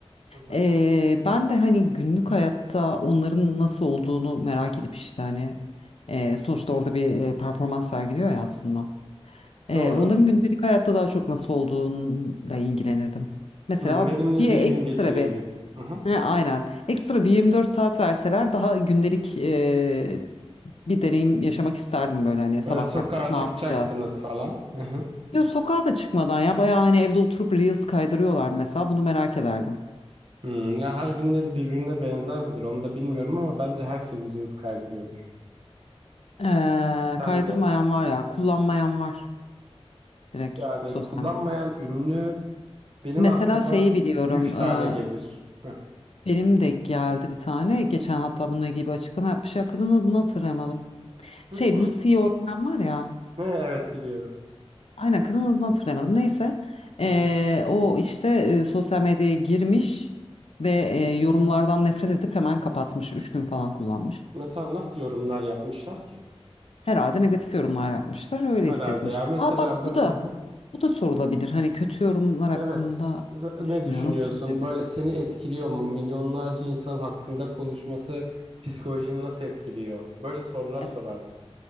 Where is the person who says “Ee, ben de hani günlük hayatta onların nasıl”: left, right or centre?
Left